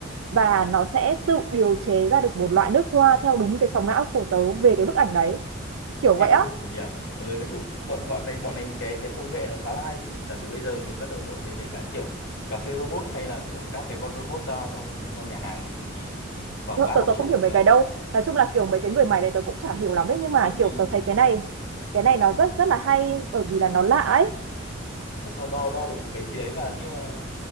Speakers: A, on the right; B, on the left.
A: và nó sẽ tự điều chế ra được một loại nước hoa theo đúng cái sóng não của tớ về cái bức ảnh đấy kiểu
B: kinh
A: vậy á
B: khủng nhỉ ờ nói chung bọn bọn này bọn này cái cái công nghệ nó khá là hay vì giả sử bây giờ mình bắt đầu nổi lên mấy cái kiểu cà phê robot hay là kiểu các cái con robot ra trong trong nhà hàng ấy, thì thì khoảng
A: Tớ,
B: 3 năm
A: tớ
B: trước
A: không hiểu mấy
B: là
A: cái đâu nói chung là kiểu mấy cái người mày này tớ cũng chả hiểu lắm ấy nhưng
B: ờ
A: mà
B: thì
A: kiểu tớ thấy cái này cái này nó rất rất là hay bởi vì là nó lạ ấy
B: chắc nó đo đo được một cái gì đấy và nhưng mà